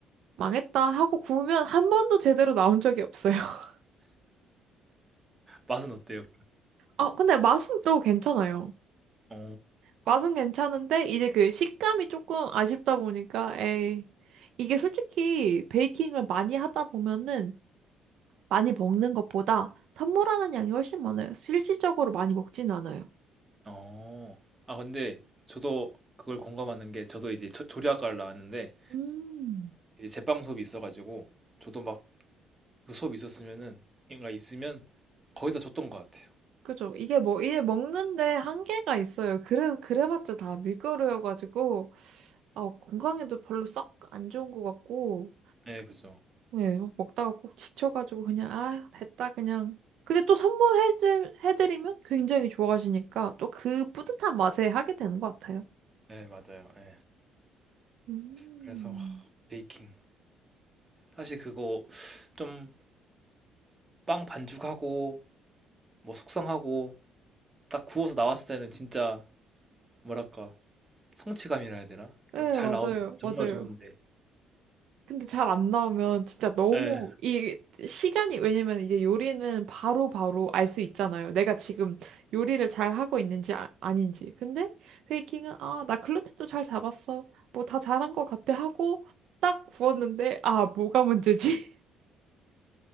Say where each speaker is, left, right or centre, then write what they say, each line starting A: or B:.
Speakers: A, on the right; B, on the right.
A: 망했다 하고 구우면 한 번도 제대로 나온 적이 없어요. <laughs>
B: 맛은 어때요?
A: 아 근데 맛은 또 괜찮아요.
B: 오,
A: 맛은 괜찮은데 이제 그 식감이 조금 아쉽다 보니까 에이 이게 솔직히 베이킹을 많이 하다 보면은 많이 먹는 것보다 선물하는 양이 훨씬 많아요. 실질적으로 많이 먹진 않아요.
B: 어. 아, 근데 저도 그걸 공감하는 게 저도 이제 조- 조리학과를 나왔는데
A: 음.
B: 이제 제빵 수업이 있어가지고 저도 막 그 수업이 있었으면은 뭔가 있으면 거의 다 줬던 것 같아요.
A: 그죠? 이게 뭐 이게 먹는데 한계가 있어요. 그래 그래봤자 다 밀가루여가지고 아, 건강에도 별로 썩 안 좋은 것 같고
B: 네, 그죠.
A: 네, 막 먹다가 꼭 지쳐가지고 그냥 아 됐다 그냥. 근데 또 선물해 해드리면 굉장히 좋아하시니까 또 그 뿌듯한 맛에 하게 되는 것 같아요.
B: 네, 맞아요. 네.
A: 음.
B: 그래서 하, 베이킹. 사실 그거 좀 빵 반죽하고 뭐 숙성하고 딱 구워서 나왔을 때는 진짜 뭐랄까 성취감이라 해야 되나?
A: 네,
B: 딱 잘
A: 맞아요,
B: 나오면
A: 맞아요.
B: 정말 좋은데
A: 근데 잘 안 나오면 진짜 너무
B: 예,
A: 이 시간이 왜냐면 이제 요리는 바로바로 알 수 있잖아요. 내가 지금 요리를 잘 하고 있는지 아, 아닌지. 근데 베이킹은 아, 나 글루텐도 잘 잡았어. 뭐 다 잘한 것 같아 하고 딱 구웠는데 아, 뭐가 문제지?